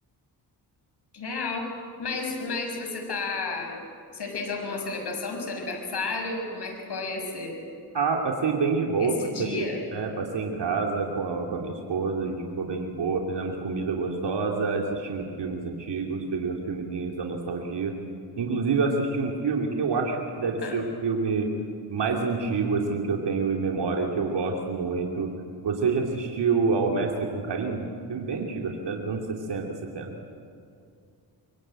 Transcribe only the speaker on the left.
real. Mas, mas você tá, você fez alguma celebração pro seu aniversário? Como é que foi esse,
esse
dia?
Ah.